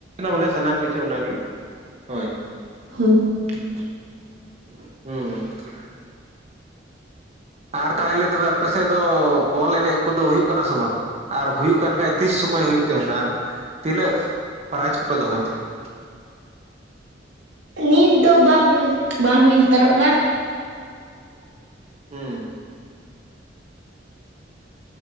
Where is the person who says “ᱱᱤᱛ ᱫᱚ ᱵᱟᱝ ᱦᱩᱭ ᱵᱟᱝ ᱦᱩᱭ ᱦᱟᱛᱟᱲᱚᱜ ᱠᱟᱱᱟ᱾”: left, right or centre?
Right